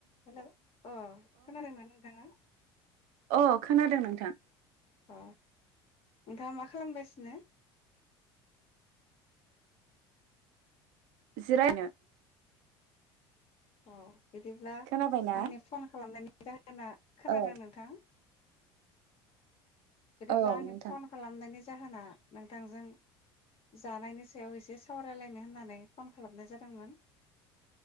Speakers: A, on the left; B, on the right.
A: Hello अ खोनादोंना नोंथाङा?
B: अ खोनादों नोंथां।
A: अ नोंथाङा मा खालामगासिनो?
B: <unintelligible>
A: अ बिदिब्ला
B: खोनाबायना?
A: आंनि फन खालामनायनि जाहोना खोनादों
B: औ
A: नोंथां? बिदिब्ला
B: औ
A: आंनि
B: नोंथां
A: फन खालामनायनि जाहोना नोंथांजों जानायनि सायाव एसे सावरायलायनो होननानै फन खालामनाय जादोंमोन